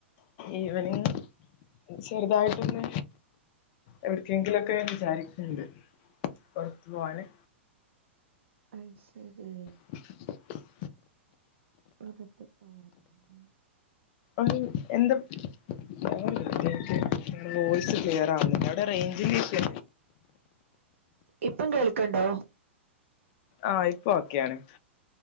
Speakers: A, on the left; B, on the right.
A: ഈവനിങ് ചെറുതായിട്ടൊന്ന് എവ്ട്ക്കെങ്കിലോക്കേ വിചാരിക്ക്ണ്ട് പോർത്ത് പോവാന്.
B: അയ് ശെരി.
A: <inaudible>
B: പൊറത്ത് പോവാന് ഏഹ്.
A: ഒര് എന്താ <unintelligible> വോയിസ് ക്ലിയറാവ്ന്നില്ല അവടെ റൈഞ്ചിന്റെ ഇഷ്യു
B: ഇപ്പം കേൾക്ക്ണ്ടോ?
A: ആഹ് ഇപ്പൊ ഓക്കെയാണ്.